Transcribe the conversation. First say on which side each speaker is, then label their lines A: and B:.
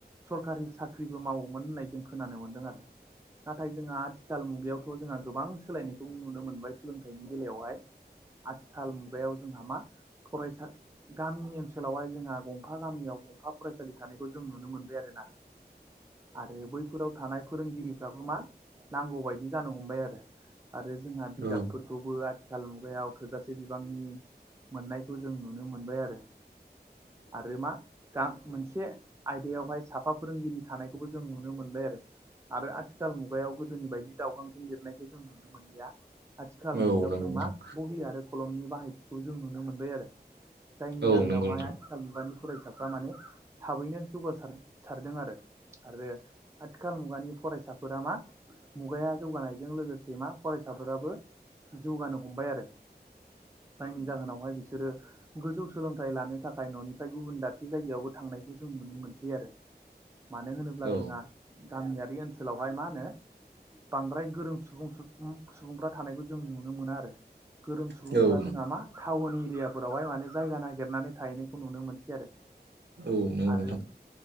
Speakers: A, on the right; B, on the right.
A: सरखारि साख्रिबो मावोमोन होननाय जों खोनानो मोनदों आरो नाथाय जोंहा आथिखाल मुगायावथ' जोंहा गोबां सोलायनाय खौ नुनो मोनबाय सोलोंथाइनि बेलायावहाय आथिखाल मुगायाव जोंहा मा फरायसा गामिनि ओनसोलावहाय जोंहा गंफा गामियाव गंफा फरायसालि थानायखौ जों नुनो मोनबाय आरो ना। आरो बैफोराव थानाय फोरोंगिरिफ्राबो मा नांगौ बायदि जानो हमबाय आरो। आरो जोंहा बिजाबफोर
B: औ
A: बे खौबो आथिखाल मुगायाव थोजासे बिबांनि मोननायखौ जों नुनो मोनबाय आरो। आरो मा? गां मोनसे आयदायावहाय साफा फोरोंगिरि थानायखौबो जों नुनो मोनबाय आरो। आरो आथिखाल मुगायाव गोदोनि बायदि दाउगांजों लिरनायखौ जों नुनो मोनलिया। आथिखाल
B: औ
A: मुगायाव
B: औ नंगौ
A: जों
B: नोंथां
A: मा बहि आरो खलमनि बाहायथिखौ जों नुनो मोनबाय आरो। जायनि
B: औ
A: जाहोनावहाय
B: नंगौ नोंथां
A: आथिखाल मुगानि फरायसाफ्रा माने थाबैनो जौगासारसारदों आरो। आरो आथिखाल मुगानि फरायसाफोरा मा? मुगाया जौगानायजों लोगोसे मा फरायसाफोराबो जौगानो हमबाय आरो। जायनि जाहोनावहाय बिसोरो गोजौ सोलोंथाइ लानो थाखाय न'निफ्राय गुबुन दाबसे जायगायावबो थांनायखौ जों नुनो मोनसै आरो। मानो होनोब्ला
B: औ
A: जोंहा गामियारि ओनसोलावहाय मा होनो? बांद्राय गोरों सुबुं सुबुंफ्रा थानायखौ जों नुनो मोना आरो। गोरों सुबुंफ्रा
B: औ औ
A: जोंहा मा टाउन एरियाफोरावहाय माने जायगा नागिरनानै थाहैनायखौ नुनो मोनसै आरो
B: नंगौ
A: आरो
B: नोंथां